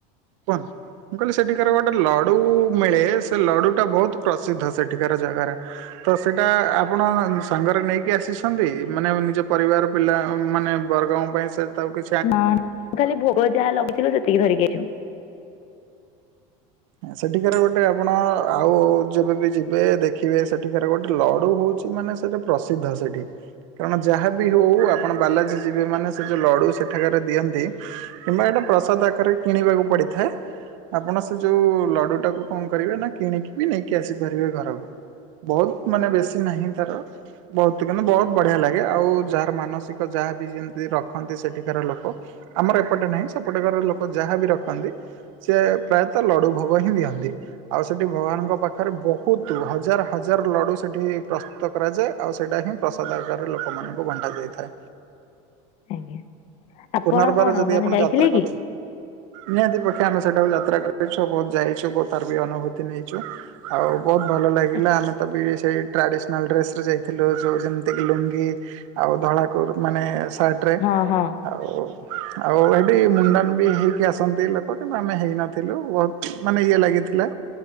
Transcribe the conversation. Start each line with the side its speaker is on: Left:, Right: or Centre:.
Right: କୁହନ୍ତୁ, ମୁଁ କହିଲି ସେଠିକାର ଗୋଟେ ଲଡୁ ମିଳେ ସେ ଲଡୁଟା ବହୁତ୍ ପ୍ରସିଦ୍ଧ ସେଠିକାର ଜାଗାରା। ତ ସେଇଟା ଆପଣ ସାଙ୍ଗରେ ନେଇକି ଆସିଛନ୍ତି ମାନେ ନିଜ ପରିବାର ପିଲା ମାନେ ବର୍ଗଙ୍କ ପାଇଁ ସେଟା ଆଉ କି
Left: ନଁ, ତୁ ଖାଲି ଭୋଗ ଯାହା ଲଗେଇଥିଲୁ ସେତିକି ଧରିକି ଆଇଛୁ
Right: ଏଁ ସେଠିକାର ଗୋଟେ ଆପଣ ଆଉ ଯେବେବି ଯିବେ ଦେଖିବେ ସେଠିକାର ଗୋଟେ ଲଡୁ ହଉଛି ମାନେ ସେଟି ପ୍ରସିଦ୍ଧ ସେଠି। କାରଣ ଯାହାବିି ହଉ ଆପଣ ବାଲାଜୀ ଯିବେ ମାନେ ସେ ଯୋଉ ଲଡ଼ୁ ସେଠାକାରା ଦିଅନ୍ତି କିମ୍ବା ଏଇଟା ପ୍ରସାଦ ଆକାରରେ କିଣିବାକୁ ପଡିଥାଏ, ଆପଣ ଯୋଉ ଲଡୁଟାକୁ କଣ କରିବେ ନା କିଣିକି ବି ନେଇକି ଆସିପାରିବେ ଘରକୁ? ବହୁତ ମାନେ ବେଶୀ ନାହିଁ ତାର। ବହୁତ, ମାନେ ବହୁତ ବଢିଆ ଲାଗେ ଆଉ ଯାହାର ମାନସିକ ଯାହାବି ଯେମିତି ରଖନ୍ତି ସେଠିକାର ଲୋକ ଆମର ଏପଟେ ନାହିଁ ସେପଟେ ଘର ଲୋକ ଯାହାବି ରଖନ୍ତି, ସେ ପ୍ରାୟତଃ ଲଡ଼ୁ ଭୋଗ ହିଁ ଦିଅନ୍ତି। ଆଉ ସେଠି ଭଗବାନଙ୍କ ପାଖରେ ବହୁତ ହଜାର ହଜାର ଲଡୁ ସେଠି ପ୍ରସ୍ତୁତ କରାଯାଏ, ଆଉ ସେଇଟା ହିଁ ପ୍ରସାଦ ଆକାରରେ ଲୋକମାନଙ୍କୁ ବଣ୍ଟା ଯାଇଥାଏ।
Left: ଆଜ୍ଞା ଆପଣ
Right: ପୁନର୍ବାର
Left: କଣ
Right: ଯଦି
Left: ମାନେ
Right: ଆପଣ
Left: ଯାଇଥିଲେ
Right: ଯାତ୍ରା
Left: କି?
Right: କର ନିହାତି ପକ୍ଷେ ଆମେ ସେଠାକୁ ଯାତ୍ରା କରିଛୁ ବହୁତ ଯାଇଛୁ ବହୁ ତାର ବି ଅନୁଭୂତି ନେଇଛୁ ଆଉ ବହୁତ ଭଲ ଲାଗିଲା
Left: ଆଚ୍ଛା।
Right: ଆମେ ତ ବି ସେଇ ଟ୍ରାଡ଼ିସ୍ନାଲ୍ ଡ୍ରେସ୍ରେ ଯାଇଥିଲୁ ଯୋଉ ଯେମିତିକି ଲୁଙ୍ଗି ଆଉ ଧଳା କୁରୁ ମାନେ ସା ବାଟ୍ରେ,
Left: ହଁ ହଁ
Right: ଆଉ, ଆଉ ଏଠି ମୁଣ୍ଡା ମୁଣ୍ଡି ହେଇକି ଆସନ୍ତି ଲୋକ କିନ୍ତୁ ଆମେ ଥିଲୁ ବହୁତ ମାନେ ଇଏ ଲାଗିଥିଲା।